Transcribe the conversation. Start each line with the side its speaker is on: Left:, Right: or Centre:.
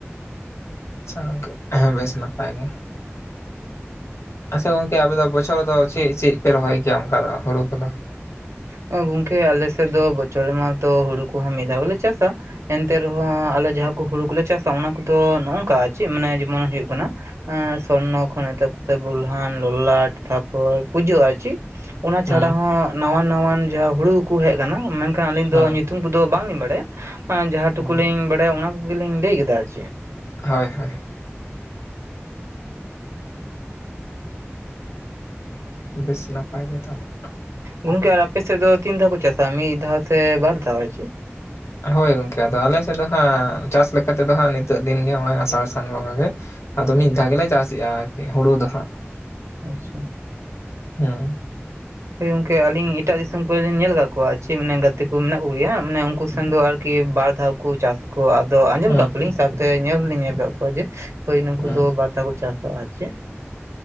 Left: ᱟᱪᱪᱷᱟ ᱜᱚᱝᱠᱮ ᱵᱮᱥ ᱱᱟᱯᱟᱭ ᱜᱮ᱾ ᱟᱪᱪᱷᱟ ᱜᱚᱝᱠᱮ ᱟᱯᱮ ᱫᱚ ᱵᱚᱪᱷᱚᱨ ᱨᱮᱫᱚ ᱪᱮᱫ ᱪᱮᱫ ᱯᱮ ᱨᱚᱦᱚᱭ ᱜᱮᱭᱟ ᱚᱱᱠᱟᱱᱟᱜ ᱦᱩᱲᱩ ᱠᱚᱫᱚ?
Right: ᱜᱚᱝᱠᱮ ᱟᱞᱮᱥᱮᱫ ᱫᱚ ᱵᱚᱪᱷᱚᱨ ᱨᱮᱢᱟᱛᱚ ᱦᱩᱲᱩ ᱠᱚᱦᱚᱸ ᱢᱤᱫ ᱫᱷᱟᱣ ᱜᱮᱞᱮ ᱪᱟᱥᱟ ᱮᱱᱛᱮ ᱨᱮᱦᱚᱸ ᱟᱞᱮ ᱡᱟᱦᱟᱸ ᱠᱚ ᱦᱩᱲᱩ ᱠᱚᱞᱮ ᱪᱟᱥᱟ ᱚᱱᱟ ᱠᱚᱫᱚ ᱱᱚᱝᱠᱟ ᱪᱮᱫ ᱢᱟᱱᱮ ᱡᱮᱢᱚᱱ ᱦᱩᱭᱩᱜ ᱠᱟᱱᱟ᱾ ᱦᱮ ᱥᱚᱨᱱᱚ ᱠᱷᱚᱱ ᱮᱛᱚᱵ ᱠᱟᱛᱮ ᱵᱩᱞᱦᱟᱱ ᱞᱚᱞᱞᱟᱴ <inaudible> ᱯᱩᱡᱟᱹᱜ ᱟᱨᱪᱤ ᱚᱱᱟ
Left: ᱦᱮᱸ
Right: ᱪᱷᱟᱲᱟ ᱦᱚᱸ ᱱᱟᱣᱟᱱ ᱱᱟᱣᱟᱱ ᱡᱟᱦᱟᱸ ᱦᱩᱲᱩ ᱠᱚ ᱦᱮᱡ ᱟᱠᱟᱱᱟ ᱢᱮᱱᱠᱷᱟᱱ ᱟᱹᱞᱤᱧ
Left: ᱦᱮᱸ
Right: ᱫᱚ ᱧᱩᱛᱩᱢ ᱠᱚᱫᱚ ᱵᱟᱝᱞᱤᱧ ᱵᱟᱲᱟᱭᱟ᱾ ᱡᱟᱦᱟᱸ ᱴᱠᱩᱩᱞᱤᱧ
Left: ᱦᱮᱸ
Right: ᱵᱟᱲᱟᱭᱟ ᱚᱱᱟ ᱠᱚᱜᱮᱞᱤᱧ ᱞᱟᱹᱭ ᱠᱮᱫᱟ ᱟᱨ ᱪᱮᱫ
Left: ᱦᱳᱭ ᱦᱳᱭ ᱵᱮᱥ ᱱᱟᱯᱟᱭ ᱜᱮ ᱛᱟᱞᱦᱮ᱾
Right: ᱜᱚᱝᱠᱮ ᱟᱨ ᱟᱯᱮ ᱥᱮᱫ ᱫᱚ ᱛᱤᱱ ᱫᱷᱟᱣ ᱠᱚ ᱪᱟᱥᱟ ᱢᱤᱫ ᱫᱷᱟᱣ ᱥᱮ ᱵᱟᱨ ᱫᱷᱟᱣ ᱪᱮ?
Left: ᱦᱳᱭ ᱜᱚᱢᱠᱮ ᱟᱫᱚ ᱟᱞᱮ ᱥᱮᱫ ᱫᱚ ᱦᱟᱸᱜ ᱪᱟᱥ ᱞᱮᱠᱟ ᱛᱮᱫᱚ ᱦᱟᱸᱜ ᱱᱤᱛᱚᱜ ᱫᱤᱱ ᱜᱮ ᱱᱚᱜᱼᱚᱭ ᱟᱥᱟᱲ ᱥᱟᱱ ᱵᱚᱸᱜᱟ ᱜᱮ᱾ ᱟᱫᱚ
Right: ᱦᱳᱭ
Left: ᱢᱤᱫ ᱫᱷᱟᱣ ᱜᱮᱞᱮ ᱪᱟᱥᱮᱫᱼᱟ ᱟᱨᱠᱤ ᱦᱩᱲᱩ ᱫᱚ ᱦᱟᱸᱜ᱾
Right: ᱟᱪᱪᱷᱟ᱾
Left: ᱦᱩᱸ᱾
Right: ᱦᱭ ᱜᱚᱝᱠᱮ ᱟᱞᱤᱧ ᱮᱴᱟᱜ ᱫᱤᱥᱚᱢ ᱠᱚᱨᱮᱞᱤᱧ ᱧᱮᱞ ᱟᱠᱟᱫ ᱠᱚᱣᱟ ᱪᱮᱫ ᱢᱟᱱᱮ ᱜᱟᱛᱮ ᱠᱚ ᱢᱮᱱᱟᱜ ᱠᱚᱜᱮᱭᱟ ᱢᱟᱱᱮ ᱩᱱᱠᱩ ᱥᱮᱱ ᱫᱚ ᱟᱨᱠᱤ ᱵᱟᱨ ᱫᱷᱟᱣ ᱠᱚ ᱪᱟᱥ ᱠᱚ ᱟᱫᱚ ᱟᱸᱡᱚᱢ
Left: ᱦᱮᱸ
Right: ᱠᱟᱜ ᱠᱚᱣᱟᱞᱤᱧ ᱥᱟᱶᱛᱮ ᱧᱮᱞ ᱦᱚᱸᱞᱤᱧ ᱧᱮᱞ ᱟᱠᱟᱫ ᱠᱚᱣᱟ ᱡᱮ ᱦᱳᱭ ᱱᱩᱠᱩ
Left: ᱦᱮᱸ
Right: ᱫᱚ ᱵᱟᱨ ᱫᱷᱟ ᱠᱚ ᱪᱟᱥᱟ ᱟᱨ ᱪᱮᱫ